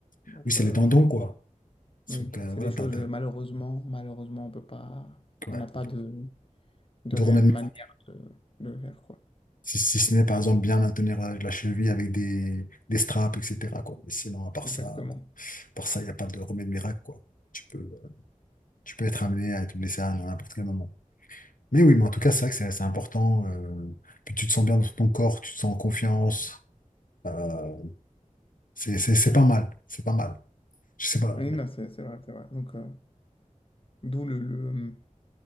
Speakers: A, on the left; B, on the left.
A: Donc,
B: Oui, c'est
A: euh,
B: les tendons, quoi.
A: Oui,
B: Donc, euh,
A: c'est
B: voilà,
A: des choses,
B: t'as, t'as-
A: euh, malheureusement, malheureusement, on peut pas,
B: ouais,
A: on n'a pas
B: on peut-
A: de, de
B: de
A: réelle
B: remède
A: manière
B: miracle.
A: de, de le faire, quoi.
B: Si, si ce n'est par exemple bien maintenir la, la cheville avec des, des straps, etc. quoi. Mais sinon, à part
A: Exactement.
B: ça, par ça, il n'y a pas de remède miracle, quoi. Tu peux, tu peux être amené à te blesser à, à n'importe quel moment. Mais oui, mais en tout cas, c'est vrai que c'est c'est important. euh, puis tu te sens bien dans ton corps, tu te sens en confiance. euh, c'est c'est- c'est pas mal. C'est pas mal. Je sais pas.
A: Oui, non, c'est c'est vrai, c'est vrai. Donc, euh, d'où le, le,